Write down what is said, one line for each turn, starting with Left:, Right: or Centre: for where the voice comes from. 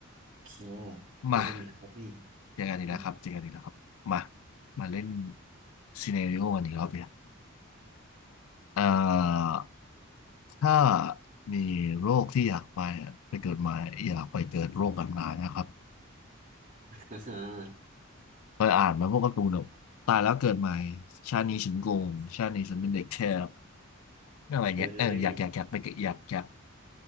Right: โอเค
Left: มา
Right: เจอกันอีกแล้วครับพี่
Left: เจอกันอีกแล้วครับเจอกันอีกแล้วครับมา
Right: อ
Left: มาเล่นซีเน a ริโอกันอีกรอบเนี่ยเอ่อถ้ามีโรคที่อยากไปไปเกิดใหม่อยากไปเกิดโรคแบบไหนนะครับ
Right: ่าฮะ
Left: เคยอ่านไหมาพวกการ์ตูนแบบตายแล้วเกิดใหม่ชาตินี้ฉันโกงชาตินี้ฉันเป็นเด็กแทบ
Right: <laughs>
Left: อะไรเงี้ยเอออยากอยากอยากไปเกิดอยากอยาก
Right: เคย